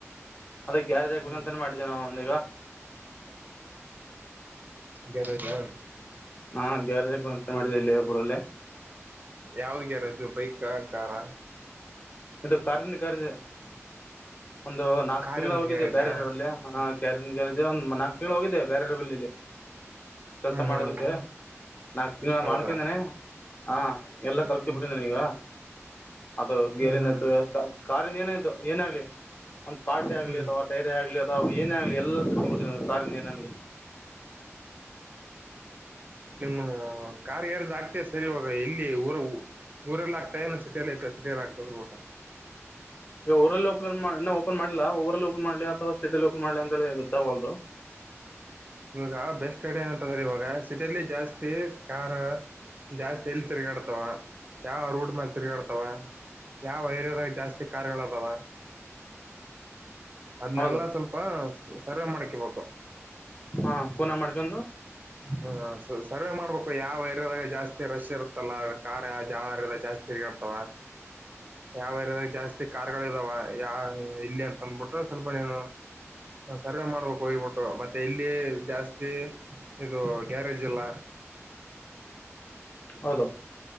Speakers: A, on the left; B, on the right.
A: ಅದೆ ಗ್ಯಾರೇಜ್ ಆಗ್ಬೇಕಂತಾನೆ
B: ಹ್ಮ್
A: ಮಾಡಿದ್ದೇ ನಾವು ಅದ್ದನೀಗ
B: ಈಗಾರರಾ <unintelligible>
A: ಹಾ ಗ್ಯಾರೇಜ್ ಇಕ್ಬೇಕು ಅಂತ ಮಾಡಿದ್ದೆ ಇಲ್ಲೇ ಊರಲ್ಲೇ
B: ಯಾವುದ್ ಗ್ಯಾರೇಜ್ ಬೈಕ ಕಾರ
A: ಇದು ಕಜ ಕಜ <unintelligible> ಒಂದು ನಾಲ್ಕ್
B: ಕಾರಿನ
A: ತಿಂಗಳು ಹೋಗಿದೆೆ
B: ಗ್ಯಾರೇಜಾ
A: ಬೇರೇರಾವಲಿ ಅಲ್ಲಿ ಕ್ಯಾರನ್ ಗ್ಯಾರೇಜ್ ಒಂದ ನಾಕ್ ನಿ ಹೋಗಿದ್ಯಾ ಬ್ಯಾರೆರ ಬಲ್ಲಿಲಿ ಕೆಲ್ಸ
B: ಹ್ಮ್
A: ಮಾಡೋದಿಕ್ಕೆ
B: ಹ್ಮ್
A: ನಾಲ್ಕ್ ತಿಂಗಳ
B: ಹೌದಾ
A: ಮಾಡ್ಕಂಡನೆ ಹಾ ಎಲ್ಲ
B: ಹ್ಮ್
A: ಕಲ್ತ
B: ಹ್ಮ್
A: ಬಿಟಿ ನಾನೀಗ ಅದು ಗೇರಿ
B: ಹ್ಮ್
A: ಕಾರಿಂದ ಏನ ಏನಾಗ್ಲಿ ಒಂದು ಪಾರಿ ಆಗ್ಲಿ
B: ಹ್ಮ್
A: ಅಥವಾ ಏರಿಯ ಆಗ್ಲಿ ಅದು ವು ಏನ ಆಾಗ್ಲಿ ಎಲ್ಲ ತಿನ್ಬಿಟ್ಟ ಕಾರಿಂದ ಏನ ಆಾಗ್ಲಿ
B: ಹ್ಮ ಕಾರ್ ಎಾರ್ದ ಆಗ್ತ ಸರಿ ಇವಾಗ ಎಲ್ಲಿ ಊರ ಊರಲ್ಲ ಆಗ್ತಾ ಇನ ಸಿಟಿಯಲ್ಲ ಐತ ಸಿಟಿಯಲ್ಲ ಆಗ್ತದ ಊಟ
A: ಈಗ ಊರಲ್ಲಿ ಓಪನ್ ಓಪನ್ ಮಾಡ್ಲಾ ಊರಲ್ಲಿ ಓಪನ್ ಮಾಡ್ಲಿ ಅಥವಾ ಸಿಟಿಲ್ಲಿ ಓಪನ್ ಮಾಡ್ಲಿ ಅಂತಿ ಗೊ ಅವಲ್ದು
B: ಇವಾಗ ಬೆಸ್ಟ್ಡ್ ಏನಂತಂದ್ರೆ ಇವಾಗ ಸಿಟಿಲ್ಲಿ ಜಾಸ್ತಿ ಕಾರ್ ಜಾಸ್ತಿ ಎಲ್ಲಿ ತಿರ್ಗಾಡ್ತಾವ ಯಾವರು ಹಡ್ ಮತ್ರಿಗಾ ಆಡ್ತಾವ ಯಾವ ೈರ್ಯದಾಗ ಜಾಸ್ತಿ ಕಾರ್ುಗಳಬಲ್ಲ ಅದನ್ನಲ್ಲ
A: ಹೌದು
B: ಸ್ವಲ್ಪ ಸರ್ವೆ ಮಾಡಕಬೇಕು
A: ಹಾ ಕೂನ ಮಾಡ್ಕಂದುು
B: ಹ ಸರ್ವೆ ಮಾಡ್ಬೇಕು ಯಾವ ಏರಯ್ಯಾದಾಗ ಜಾಸ್ತಿ ರಶ್ ಇರುತ್ತಲ್ಲ ಕಾರ್ ಯಾವ ಯಾವಾಗ ಜಾಸ್ತಿ ತಿರ್ಗಾಡ್ತಾವ ಯಾವ ರಿಯದಾಗ ಜಾಸ್ತಿ ಕಾರ್ಗಳು ಇದಾವ ಯಾವ ಇಲ್ಲಿ ಅಂತಂದಬಿಟ್ಟು ಸ್ವಲ್ಪ ನೀನು ಸರ್ವೆ ಮಾಡ್ಬೇಕ ಹೋಗಿಬಿಟ್ಟು ಮತ್ತೆ ಇಲ್ಲಿ ಜಾಸ್ತಿ ಇದು ಗ್ಯಾರೇಜ್ ಬ ಜಿಲ್ಲ
A: ಹೌದು